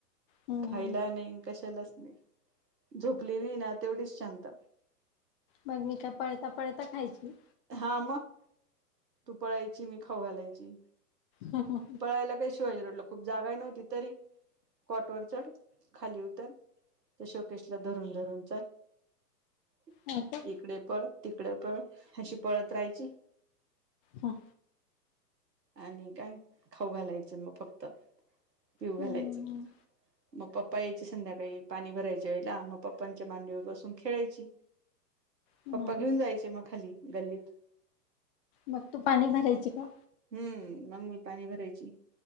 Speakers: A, on the left (about 35°); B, on the right (about 75°).
A: हम्म
B: खायला नाही कशालाच नाही झोपलेली ना तेवढीच शांत.
A: मग मी काय पळता पळता खायची.
B: हा मग तू पळायची मी खाऊ घालायची.
A: हं हं.
B: ला काही शिवाजी रोडला खूप जागा नव्हती तरी कॉटवर चढ खाली उतर त्या शोकेशला धरून, धरून चल एक
A: हा का?
B: इकडे पळ, तिकडे पळ अशी पळत राहायची.
A: हा.
B: आणि काय खाऊ घालायचं मग फक्त पिऊ घालायचं.
A: हम्म.
B: मग पप्पा यायचे संध्याकाळी पाणी भरायचे लांब मग पप्पांच्या मांडवी बसून खेळायची.
A: हम्म.
B: पप्पा घेऊन जायचे मग खाली गल्लीत.
A: मग तू पाणी भरायचे का.
B: हम्म मग मी पाणी भरायची